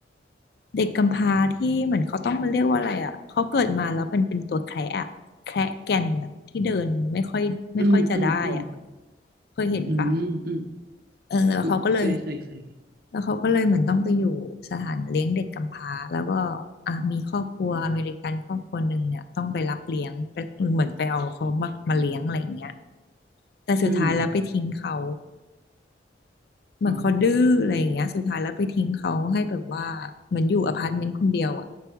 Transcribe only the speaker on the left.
เด็กกำพร้าที่เหมือนเขาต้องมันเรียกว่าอะไรอ่ะเขาเกิดมาแล้วเป็นเป็นตัวแคระอะแคระแก่นอะที่เดินไม่ค่อยไม่ค่อยจะได้อ่ะ
เคยเห็นปะ
เออแล้วเขาก็เลย
แล้วเขาก็เลยเหมือนต้องไปอยู่สถานเลี้ยงเด็กกำพร้าแล้วก็อ่ะมีครอบครัวอเมริกันครอบครัวหนึ่งเนี่ยต้องไปรับเลี้ยงไปเหมือนไปเอาเขามามาเลี้ยงอะไรอย่างเงี้ยแต่สุดท้ายแล้วไปทิ้งเขา
เหมือนเขาดื้ออะไรอย่างเงี้ยสุดท้ายแล้วไปทิ้งเขาให้แบบว่าเหมือนอยู่อพาร์ตเมนต์คนเดียวอ่ะ